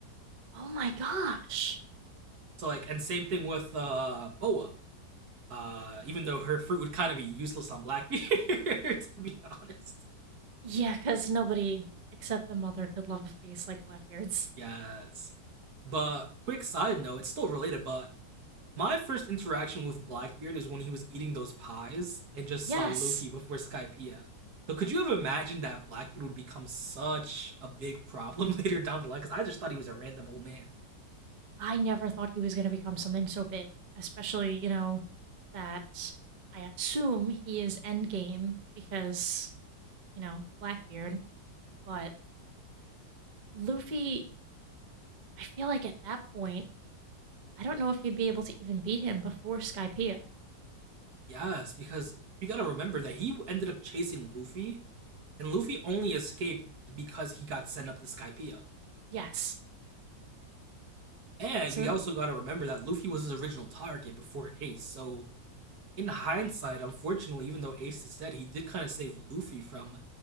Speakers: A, on the right (about 40°); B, on the right (about 60°).
A: Oh my gosh.
B: So like, and same thing with uh, Boa. Uh, even though her fruit would kind of be useless on Blackbeard, <laughs> to be honest.
A: Yeah, because nobody except the mother could love a face like Blackbeard's.
B: Yes. But quick side note, it's still related, but My first interaction with Blackbeard is when he was eating those pies and just
A: Yes,
B: saw Luffy before Skypiea. So could you have imagined that Blackbeard would become such a big problem <laughs> later down the line? Because I just thought he was a random old man.
A: I never thought he was going to become something so big, especially, you know, that I assume he is endgame because, you know, Blackbeard. But Luffy, I feel like at that point, I don't know if you'd be able to even beat him before Skypiea.
B: Yes, because we gotta remember that he ended up chasing Luffy And Luffy only escaped because he got sent up to Skypiea.
A: Yes.
B: And
A: So,
B: we also got to remember that Luffy was his original target before Ace. So, in hindsight, unfortunately, even though Ace is dead, he did kind of save Luffy from